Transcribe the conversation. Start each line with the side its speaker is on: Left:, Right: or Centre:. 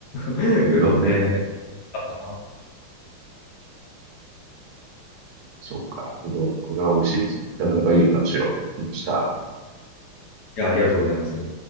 Left: <laughs>
Right: うどんね。
Left: うどんね。あったな
Right: そうか。うどん、これは美味しいですね。なかなかいい話をしました。
Left: いや、ありがとうございます。